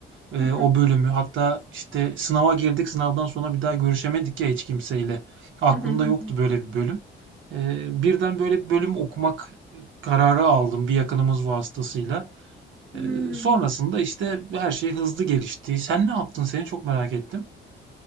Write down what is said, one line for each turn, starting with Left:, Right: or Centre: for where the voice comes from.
Right: Ee,
Centre: Hı hı.
Right: o bölümü. Hatta işte sınava girdik. Sınavdan sonra bir daha görüşemedik ya hiç kimseyle. Aklımda
Centre: Hı hı hı
Right: yoktu
Centre: hı.
Right: böyle bir bölüm. Ee, birden böyle bir bölüm okumak kararı aldım bir yakınımız vasıtasıyla.
Centre: Hmm.
Right: Ee, sonrasında işte her şey hızlı gelişti. Sen ne yaptın? Seni çok merak ettim.